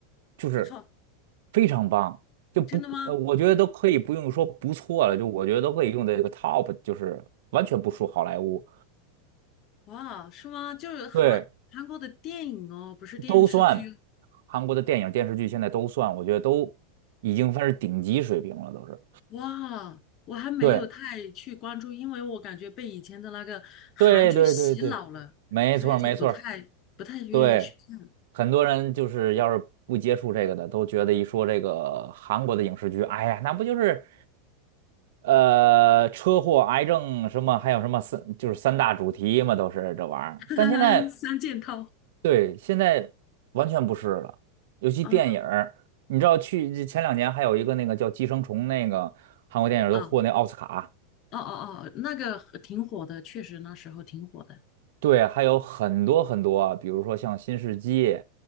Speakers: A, on the right; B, on the left.
A: 就是
B: 不错，
A: 非常棒，就不呃，
B: 真的吗？
A: 我觉得都可以不用说不错了，就我觉得都可以用在这个 top，就是完全不输好莱坞。
B: 哇，是吗？就是韩韩国的电影哦，
A: 对，
B: 不是电视剧。
A: 都算韩国的电影、电视剧，现在都算，我觉得都已经算是顶级水平了，都是。
B: 哇，我还没有太去关注，
A: 对，
B: 因为我感觉被以前的那个韩剧洗脑了，
A: 对，对，对，对，没错儿没错儿
B: 所以就不太不太愿意去看。
A: 对。很多人就是要是不接触这个的，都觉得一说这个韩国的影视剧，哎呀，那不就是呃车祸、癌症什么，还有什么三就是三大主题嘛，都是这玩意儿。
B: <laughs>
A: 但现在
B: 三件套
A: 对，现在完全不是了，尤其电影儿，
B: 啊，
A: 你知道去前两年还有一个那个叫《寄生虫》，那个韩国电影儿都获那奥斯卡，
B: 啊，哦哦哦，那个很挺火的，确实那时候挺火的。
A: 对，还有很多很多啊比如说像《新世界》，